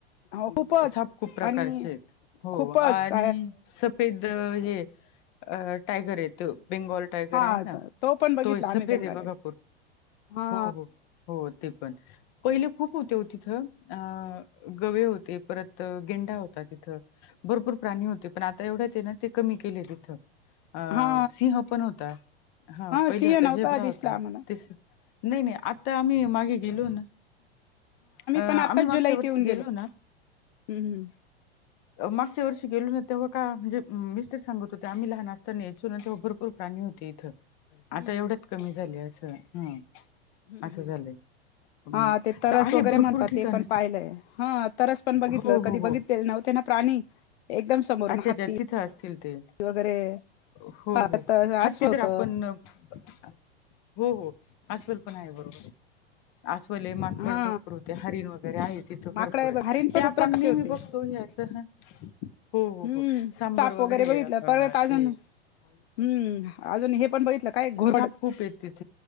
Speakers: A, on the left; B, on the left.
A: हो खूपच
B: साप खूप प्रकारचे
A: आणि
B: हो
A: खूपच
B: आणि े हे टायगर आहेत बेंगाल टायगर
A: हा
B: आहेय ना
A: तो पण बघितला
B: त
A: आम्ही
B: सफेदे
A: बेंगाली
B: बघा
A: हा
B: हो ते पण पहिले खूप होते तिथं अ गवे होते परत गेंडा होता तिथं भरपूर प्राणी होते पण आता एवढ्या ते ना ते कमी केले तिथं अ
A: हा
B: सिंह पण होता हा पहिले
A: सिंह
B: होता
A: नव्हता
B: झेबराा
A: दिसला
B: होता
A: आम्हाला
B: ते नाही नाही आता आम्ही मागे गेलो ना अं
A: पण आता
B: आम्ही मागच्या
A: जुलैत
B: वर्षी
A: येऊन
B: गेलो ना.
A: हम्म
B: मागच्या वर्षी गेलो ना तेव्हा का म्हणजे मिस्टर सांगत होते आम्ही लहान असताना यायचल ना तेव्हा भरपूर प्राणी होते.
A: हम्म
B: आता एवढ्यात कमी झाले असं ह
A: हम्म
B: असं
A: हम्म
B: झालंय. हं.
A: हा ते तरस
B: च- आहे
A: वगैरे
B: भरपूर
A: म्हणतात
B: ठिकाणं
A: ते पण पाहिलंय हा तरस पण
B: हो,
A: बघितलं
B: हो,
A: कधी
B: हो.
A: बघित नव त्यांना प्राणी एकदम समोरून
B: अच्छा,
A: हातती
B: अच्छा <unintelligible>
A: वगैरे
B: हो,
A: हा
B: हो. हत्ती
A: असवं होत
B: तर <unintelligible> हो हो अस्वल पण आहे बरोबर अस्वल आहे माकड
A: हा
B: भरपूर होते हरीण वगैरे आहे तिथं
A: माकड
B: भरपूर आहेत
A: हरीण पण
B: ते
A: खूप
B: आपण
A: प्रकारचे
B: नेहमी
A: होते
B: बघतो तो अस ह हो हो
A: हम्म
B: हो सांबर
A: चाप
B: वगैरे
A: बघितलं परत अजून
B: ते
A: हम्म अजून हे पण बघितलं काय घोरडत
B: साप खूप आहेत तिथं